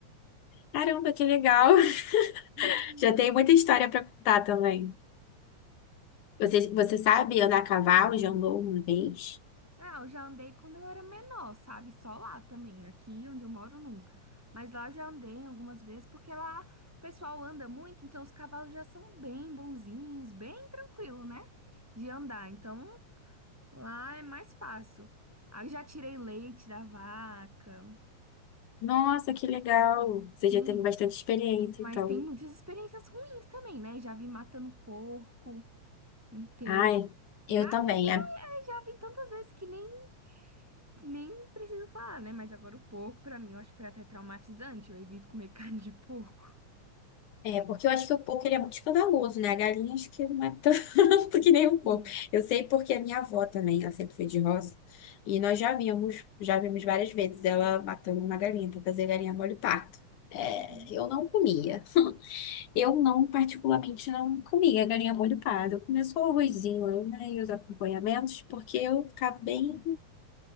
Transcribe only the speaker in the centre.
<laughs>
Ah, eu já andei quando eu era menor, sabe? Só lá também, aqui onde eu moro nunca. Mas lá eu já andei algumas vezes, porque lá o pessoal anda muito, então os cavalos já são bem bonzinhos, bem tranquilo, né? De andar. Então lá é mais fácil. Ah, eu já tirei leite da vaca,
sim,
mas
tem muitas experiências ruins também, né? Já vi matando porco inteiro.
Galinha,
eu
já vi tantas vezes que nem Nem preciso falar, né? Mas agora o porco, pra mim, eu acho que foi até traumatizante. Eu evito comer <laughs> carne de porco.
Hum.
Uhum.